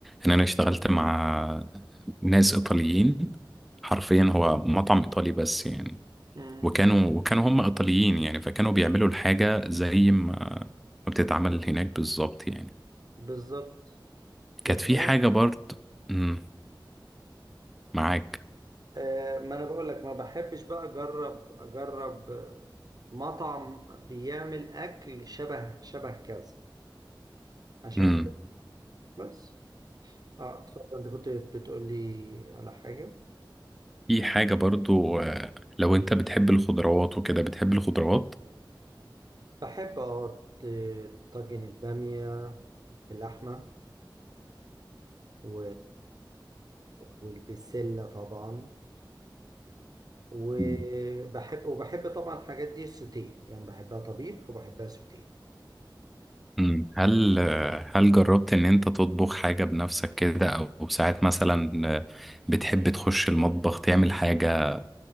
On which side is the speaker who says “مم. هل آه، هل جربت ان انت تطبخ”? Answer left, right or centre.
Centre